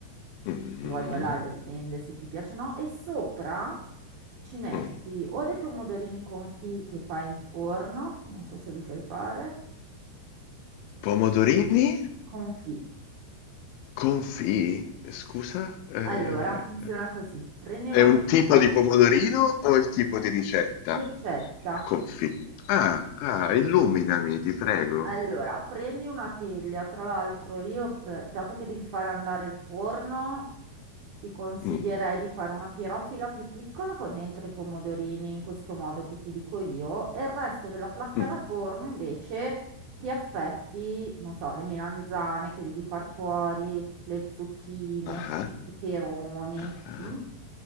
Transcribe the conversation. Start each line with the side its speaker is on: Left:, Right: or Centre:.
Left: Mm,
Right: Se vuoi poi l'aglio dipende se ti piace o no. E sopra ci metti
Left: mm. mm.
Right: o dei pomodorini confit che fai in forno, non so se li sai fare.
Left: Pomodorini?
Right: Confit.
Left: Confì? Scusa? Eh,
Right: Allora, funziona così. Prendi una
Left: è un
Right: teglia
Left: tipo di pomodorino o il tipo di ricetta?
Right: di ricetta
Left: Confì. Ah, ah, illuminami, ti prego.
Right: Allora, prendi una teglia, tra l'altro io, per- dato che devi fare andare il forno, ti consiglierei
Left: Mm,
Right: di fare una pirofila più piccola con dentro i pomodorini, in questo modo che ti dico io, e il resto della placca
Left: mm.
Right: da forno invece ti affetti, non so, le melanzane che devi far fuori, le zucchine,
Left: Ah,
Right: i peperoni.
Left: ah,
Right: mm?